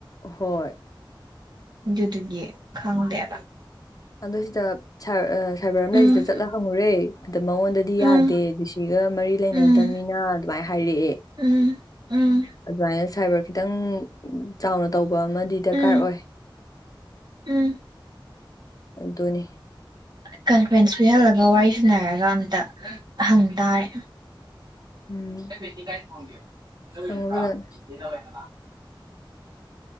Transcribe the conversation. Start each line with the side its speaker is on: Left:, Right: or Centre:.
Left: ꯍꯣꯏ
Right: ꯑꯗꯨꯗꯨꯒꯤ ꯈꯪꯗꯦꯕ
Left: ꯑꯗꯣ ꯁꯤꯗ ꯁꯔ ꯁꯥꯏꯕꯔ ꯑꯃꯂꯩꯁꯤꯗ
Right: ꯎꯝ
Left: ꯆꯠꯂ ꯍꯪꯉꯨꯔꯦ ꯑꯗ ꯃꯉꯣꯟꯗꯗꯤ
Right: ꯎꯝ
Left: ꯌꯥꯗꯦ ꯗꯤꯁꯤꯒ ꯃꯔꯤ ꯂꯩꯅꯗꯝꯅꯤꯅ
Right: ꯎꯝ
Left: ꯑꯗꯨꯃꯥꯏꯅ ꯍꯥꯏꯔꯛꯑꯦ
Right: ꯎꯝ ꯎꯝ
Left: ꯑꯗꯨꯃꯥꯏꯅ ꯁꯥꯏꯕꯔ ꯈꯤꯇꯪ ꯆꯥꯎꯅ ꯇꯧꯕ ꯑꯃꯗꯤ ꯗꯔꯀꯥꯔ
Right: ꯎꯝ
Left: ꯑꯣꯏ
Right: ꯎꯝ
Left: ꯑꯗꯨꯅꯤ
Right: ꯀꯟꯐ꯭ꯔꯦꯟꯁ ꯄꯤꯍꯜꯂꯒ ꯋꯥꯔꯤ ꯁꯅꯔꯒ ꯑꯝꯇ ꯍꯪ ꯇꯥꯔꯦ
Left: ꯎꯝ
Right: <unintelligible>
Left: ꯈꯪꯕꯖꯥꯠꯅꯤ